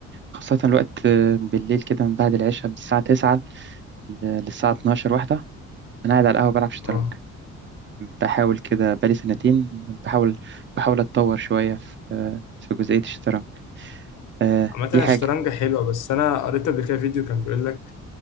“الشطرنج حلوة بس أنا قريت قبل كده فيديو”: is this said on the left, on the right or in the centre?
Left